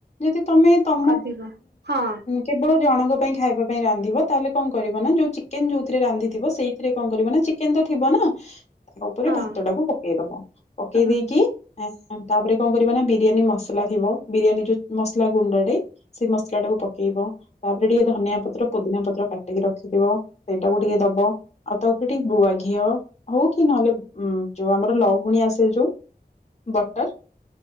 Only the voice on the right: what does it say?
ଅଧିକ ହଁ
ହଁ
ତମେ